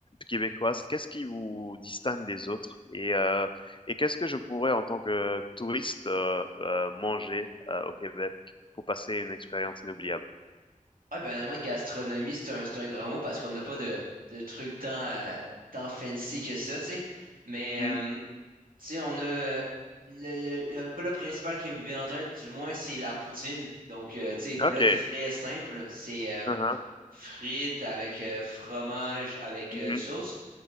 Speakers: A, on the left; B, on the right.
A: québécoise? Qu'est-ce qui vous distingue des autres? Et, euh, et qu'est-ce que je pourrais, en tant que touriste, euh, euh, manger euh, au Québec pour passer une expérience inoubliable?
B: Ouais, banalement, gastronomie, c'est un, c'est un grand mot parce qu'on n'a pas de, de trucs tant, euh, tant fancy que ça, tu sais. Mais,
A: Mm,
B: euh, tu sais, on a. euh, Le, le, le plat principal qui me vient en tête, du moins, c'est la poutine. Donc, euh, tu sais, plat
A: ok.
B: très simple. C'est euh,
A: Mhm,
B: frites avec euh, fromage, avec
A: mhm,
B: euh, sauce.